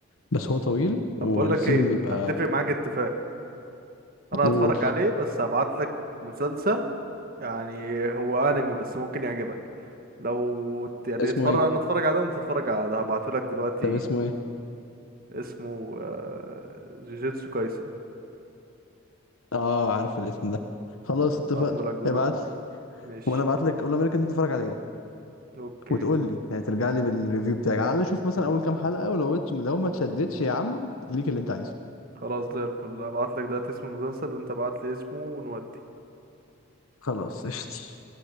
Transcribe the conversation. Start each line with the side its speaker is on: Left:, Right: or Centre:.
Left: بس هو طويل والسيزون
Right: طب بقول لك ايه
Left: بيبقى
Right: هتفق معاك اتفاق انا
Left: دول
Right: هتفرج عليه بس هبعت لك مسلسل يعني هو انمي بس ممكن يعجبك لو ت- يعني
Left: اسمه
Right: اتفرج
Left: إيه؟
Right: انا اتفرج على ده وانت تتفرج على ده هبعتهولك دلوقتي
Left: طب اسمه إيه؟
Right: اسمه آه، جوجيتسو كايسن
Left: آه عارف الاسم ده خلاص اتفقنا
Right: هبعتهولك دلوقتي
Left: ابعت لي
Right: ماشي
Left: وأنا ابعت لك أول أمريكا أنت تتفرج عليه
Right: اوكي
Left: وتقول لي يعني ترجع لي بالريفيو بتاعك على الأقل شوف مثلا أول كام حلقة ولو لو ما تشدتش يا عم ليك اللي أنت عايزه
Right: خلاص زي الفل هبعتلك دلوقتي اسم المسلسل وانت ابعتلي اسمه ونودي
Left: خلاص قشطة